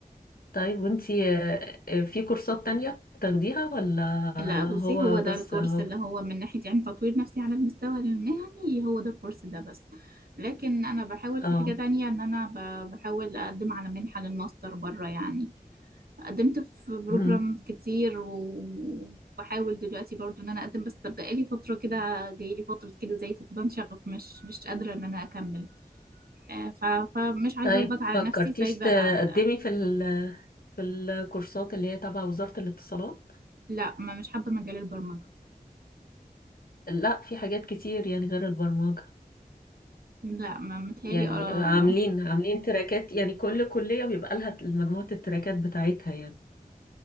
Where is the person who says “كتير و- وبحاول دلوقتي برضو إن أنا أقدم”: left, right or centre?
Right